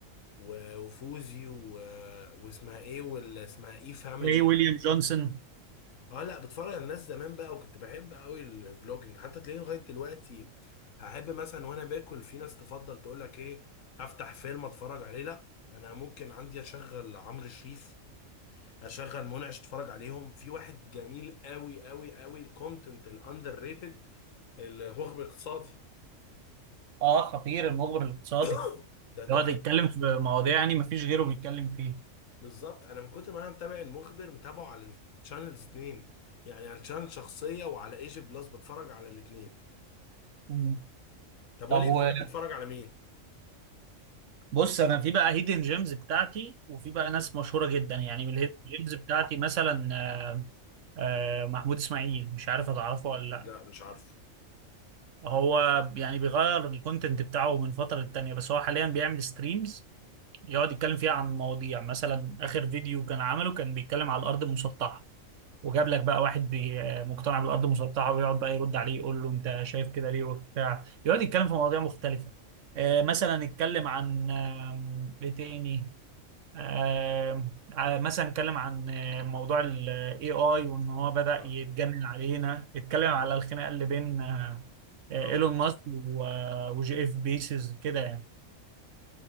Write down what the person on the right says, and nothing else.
ري ويليام جونسون
اه خطير المخبر الاقتصادي
بيقعد يتكلم في مواضيع يعني مفيش غيره بيتكلم فيها
مم.
طب
و...
بص انا في بقى هيدن جيمز بتاعتي وفي بقى ناس مشهوره جدا يعني من الهيدن جيمز بتاعتي مثلا آه، آه، محمود اسماعيل مش عارف هتعرفه ولا لا
هو يعني بيغير الكونتنت بتاعه من فتره للتانيه بس هو حاليا بيعمل ستريمز يقعد يتكلم فيها عن مواضيع مثلا اخر فيديو كان عمله كان بيتكلم على الارض المسطحه وجاب لك بقى واحد بي- آه، مقتنع بالارض المسطحه ويقعد بقى يرد عليه يقول له انت شايف كده ليه وبتاع يقعد يتكلم في مواضيع مختلفه آه، مثلا اتكلم عن آه، ايه تاني آه، آه، مثلا اتكلم عن آه، موضوع ال AI وان هو بدأ
يتجنن علينا اتكلم على الخناقة اللي بين آه، آه،
ايلون ماسك و- آه، وجي اف بيسز كده يعني